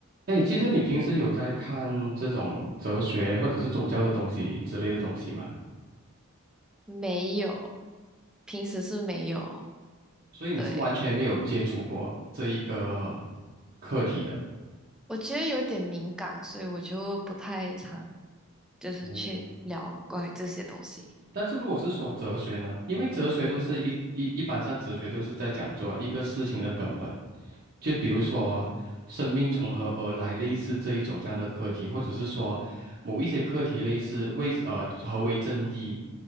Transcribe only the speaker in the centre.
没有，平时是没有。
对，
我觉得有点敏感，所以我就不太常就是去聊关于这些东西。